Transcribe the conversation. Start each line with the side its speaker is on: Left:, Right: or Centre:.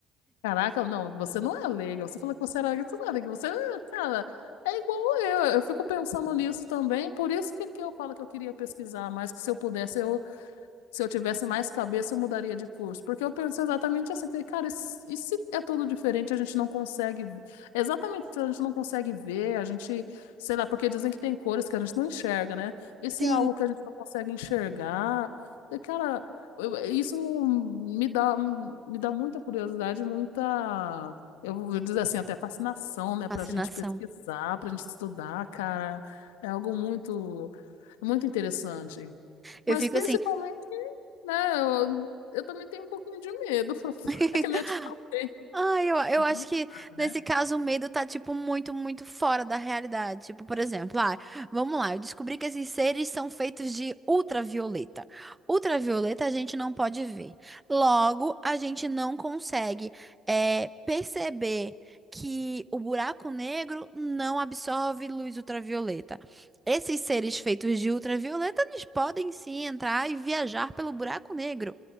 Left: Caraca, não, você não é leiga. Você falou que você era leiga, você não é leiga. Você, é, cara, é igual eu. Eu fico pensando nisso também. Por isso que, que eu falo que eu queria pesquisar mais, que se eu pudesse, eu Se eu tivesse mais cabeça, eu mudaria de curso. Porque eu penso exatamente assim, falei, cara, e se e se é tudo diferente, a gente não consegue. Exatamente, a gente não consegue ver, a gente, sei lá, porque dizem que tem cores que a gente não enxerga, né? E se
Right: Sim,
Left: é algo que a gente não consegue enxergar. E, cara, eu- isso me dá, me dá muita curiosidade, muita. Eu vou dizer assim, até fascinação, né?
Right: fascinação.
Left: Pra gente pesquisar, pra gente estudar, cara. É algo muito, muito interessante.
Right: Eu
Left: Mas
Right: fico
Left: principalmente,
Right: assim.
Left: né, eu, eu também tenho um pouquinho de medo. <laughs>
Right: <laughs>
Left: É que nem eu te falei.
Right: Ah, eu, eu acho
Left: Não
Right: que
Left: sabe,
Right: nesse
Left: né?
Right: caso o medo tá, tipo, muito, muito fora da realidade. Tipo, por exemplo, ah, vamos lá, eu descobri que esses seres são feitos de ultravioleta. Ultravioleta a gente não pode ver. Logo, a gente não consegue, eh, perceber que o buraco negro não absorve luz ultravioleta. Esses seres feitos de ultravioleta, eles podem sim entrar e viajar pelo buraco negro.